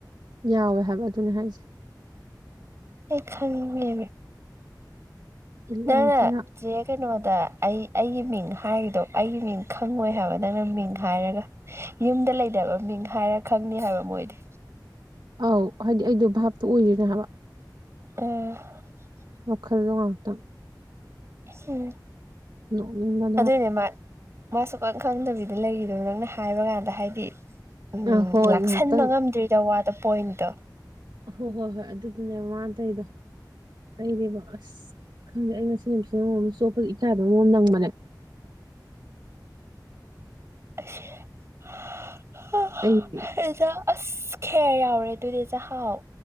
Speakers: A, on the right; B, on the right.
A: ꯌꯥꯎꯋꯦ ꯍꯥꯏꯕ ꯑꯗꯨꯅꯦ ꯍꯥꯏꯁꯦ
B: ꯑꯩ ꯈꯥꯟꯃꯦ ꯉꯪꯅꯦ
A: ꯌꯥꯝ ꯊꯤꯅ
B: ꯆꯦ ꯀꯩꯅꯣꯗ ꯑꯩ ꯑꯩꯒꯤ ꯃꯤꯡ ꯍꯥꯏꯔꯤꯗꯣ ꯑꯩꯒꯤ ꯃꯤꯡ ꯈꯪꯉꯣꯏ ꯍꯥꯏꯕ ꯅꯪꯅ ꯃꯤꯡ ꯍꯥꯏꯔꯒ ꯌꯨꯝꯗ ꯂꯩꯇꯕꯥ ꯃꯤꯡ ꯍꯥꯏꯔ ꯈꯪꯅꯤ ꯍꯥꯏꯕ ꯃꯣꯏꯗꯤ
A: ꯑꯧ ꯍꯥꯏꯗꯤ ꯑꯩꯗꯣ ꯚꯥꯞꯇꯣ ꯑꯣꯏꯔꯤꯅꯦ ꯍꯥꯏꯕ
B: ꯑ
A: ꯃꯗꯨꯒ ꯃꯥꯥꯛꯇꯝ
B: ꯎꯝ
A: ꯅꯣꯛꯅꯤꯡ <unintelligible>
B: ꯑꯗꯨꯏꯅꯦ ꯃꯥ ꯃꯥ ꯁꯨꯛ ꯈꯪꯗꯕꯤꯗ ꯂꯩꯔꯤꯗ ꯅꯪꯅ ꯍꯥꯏꯕ ꯀꯥꯟꯗ ꯍꯥꯏꯗꯤ ꯎꯝ
A: ꯑꯥ ꯍꯣꯏ
B: ꯂꯥꯛꯁꯟꯕ
A: ꯉꯥꯏꯍꯥꯛꯇꯪ
B: ꯉꯝꯗ꯭ꯔꯤꯗ ꯋꯥꯗꯣ ꯄꯣꯏꯟꯠꯇꯣ
A: ꯍꯣꯏ ꯍꯣꯏ ꯍꯣꯏ ꯑꯗꯨꯗꯨꯅꯦ ꯃꯥ ꯇꯩꯗꯣ ꯑꯩꯗꯤꯕ ꯑꯁ ꯈꯪꯗꯦ ꯑꯩ ꯉꯁꯤ ꯅꯨꯃꯤꯠ ꯑꯃꯃꯝ ꯆꯣꯞꯄꯗ ꯏꯀꯥꯏꯕ ꯑꯃꯃꯝ ꯅꯪꯕꯅꯦ
B: <unintelligible>
A: ꯑꯩ
B: <unintelligible> ꯑꯁ ꯈꯦꯔ ꯌꯥꯎꯔ ꯗꯨꯗꯤ ꯆꯍꯥꯎ